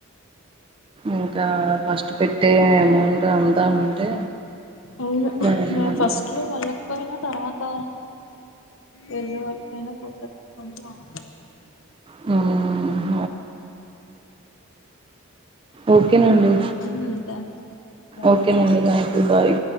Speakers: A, on the right (about 25°); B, on the left (about 60°).
A: ఇంకా ఫస్ట్ పెట్టే అమౌంట్ అంతా ఉంటే
B: ఉ
A: బాగానే
B: నేన్
A: నడుస్తుంది.
B: ఫస్ట్ లో వాళ్ళక్ పోయిన తర్వాత వెళ్ళే వరకు అయినా చూసారు కొంచెం ఆగాలి
A: ఊ ఓకేనండి
B: మ్మ్ థ్యాంక్స్ బాయ్
A: ఓకేనండి థ్యాంక్ యూ బాయ్